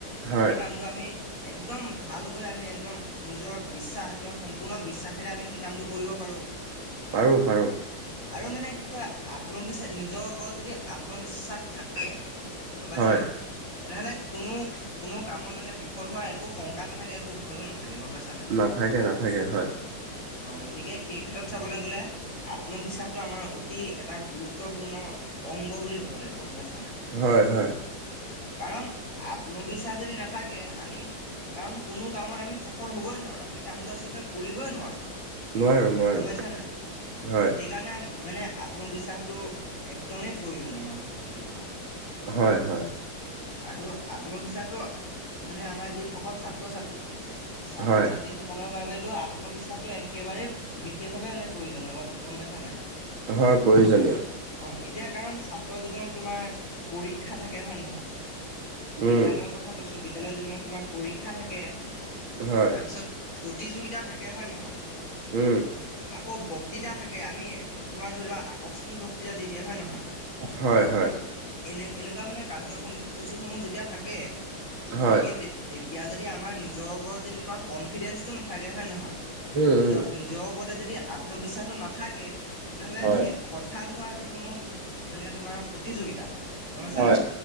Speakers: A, on the right (about 75°); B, on the left (about 40°).
A: হয়,
B: সেইকামটো আমি- একদম ভালকৈ আমি একদম নিজৰ বিশ্বাস একদম সম্পূৰ্ণ বিশ্বাসেৰে আমি সেই কামটো কৰিব পাৰোঁ- ব <unintelligible>
A: পাৰো পাৰো।
B: আৰু মানে কি আত্মবিশ্বাস নিজৰ ওপৰত যদি আত্মবিশ্বাস থাকে- গম পাইছা
A: হয়,
B: নাই তেনেহ'লে কোনো- কোনো কামত মানে বিফল হোৱাৰ একো শংকা নাথাকে একো ভয়ো নাথাকে। গম পাইছা
A: নাথাকে নাথাকে হয়।
B: অঁ গতিকে সেই ক্ষেত্ৰত চাবলৈ গ'লে আত্মবিশ্বাসটো আমাৰ অতি এটা গুৰুত্বপূৰ্ণ- অংগ বুলি ক'ব লাগিব গম পাইছা? নাই?
A: হয় হয়-
B: কাৰণ আত্মবিশ্বাস যদি নাথাকে আমি- কাৰণ কোনো কামত আমি সফল হ'বই নোৱাৰো আমি কামটো আচলতে কৰিবই নোৱাৰোঁ।
A: নোৱাৰো, নোৱাৰো,
B: গম পাইছা নাই
A: হয়,
B: সেইকাৰণে আম- মানে আত্মবিশ্বাসটো একদমেই প্ৰয়োজনীয় মানুহৰ জীৱনত-
A: হয় হয়।
B: আৰু- আত্মবিশ্বাসটো মানে আমাৰ যিসকল ছাত্ৰ ছাত্ৰী- ছাত্ৰ
A: হয়,
B: ছাত্ৰীসকলৰ বাবে- তো আত্মবিশ্বাসটো একেবাৰেেই বিশেষভাৱে মানে প্ৰয়োজনীয় হয় গম-গম পাইছা নাই
A: হয় প্ৰয়োজনীয়
B: অ এতিয়া কাৰণ ছাত্ৰ জীৱনত তোমাৰ পৰীক্ষা থাকে হয় নহয় বিদ্যালয়ৰ
A: উম,
B: কথা কৈছো বিদ্যালয়ৰ জীৱনত তোমাৰ পৰীক্ষা থাকে
A: হয়
B: তাৰপিছত প্ৰতিযোগিতা থাকে হয় নহয়
A: উম
B: আকৌ বক্তৃতা থাকে আমি তোমাৰ ধৰি লোৱা আকস্মিক বক্তৃতা দি দিয়ে হয় নহয়
A: হয় হয়
B: একুৱা মানে কাৰ্যসূচী সমূহ যেতিয়া থাকে
A: হয়,
B: সেই তে-তে এতিয়া যদি আমাৰ নিজৰ ওপৰত যদি তোমাৰ কনফিডেঞ্চটো নাথাকে হয় নহয়
A: উম,
B: নিজৰ-
A: উম,
B: নিজৰ ওপৰতে যদি আত্মবিশ্বাসটো ন <unintelligible> নাথাকে তেনেহ'লে
A: হয়,
B: সেই হঠাৎ হোৱা যিসমূহ মানে তোমাৰ প্ৰতিযোগিতা <unintelligible> ছানে
A: হয়,